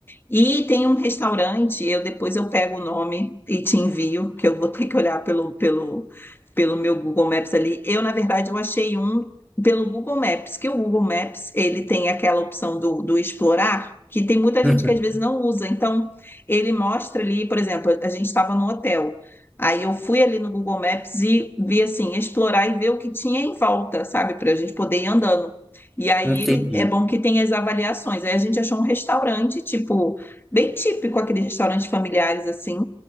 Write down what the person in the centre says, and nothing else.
<laughs> uhum,
entendi.